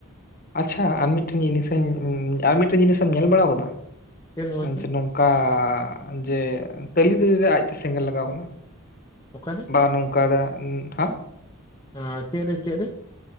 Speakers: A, on the left (about 40°); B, on the left (about 15°).
A: ᱟᱪᱪᱷᱟ ᱟᱨ ᱢᱤᱫᱴᱷᱮᱱ ᱡᱤᱱᱤᱥ ᱟᱨ ᱢᱤᱫᱴᱮᱱ ᱡᱤᱱᱤᱥᱮ ᱮᱢ ᱧᱮᱞ ᱵᱟᱲᱟ ᱟᱠᱟᱫᱟ
B: ᱪᱮᱫ ᱱᱚᱣᱟ ᱥᱮ
A: ᱡᱮ ᱱᱚᱝ ᱚᱠᱟ ᱡᱮ ᱛᱟᱹᱞᱤ ᱫᱟᱨᱤ ᱨᱮ ᱟᱡ ᱛᱮ ᱥᱮᱸᱜᱮᱞ ᱞᱟᱜᱟᱣ ᱟᱠᱟᱱᱟ᱾
B: ᱚᱠᱟ ᱨᱮ
A: ᱵᱟ ᱱᱚᱝᱠᱟ ᱫᱟ ᱦᱟᱸᱜ
B: ᱦᱚᱸ ᱪᱮᱫ ᱨᱮ ᱪᱮᱫ ᱨᱮ